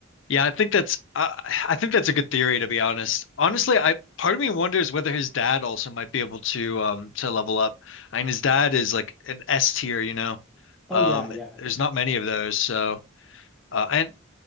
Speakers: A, on the left; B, in the centre.
A: Yeah, I think that's uh, I think that's a good theory to be honest. Honestly, I part of me wonders whether his dad also might be able to um to level up. I mean, his dad is like an S tier, you know.
B: Oh
A: Um,
B: yeah, yeah.
A: there's not many of those, so uh, and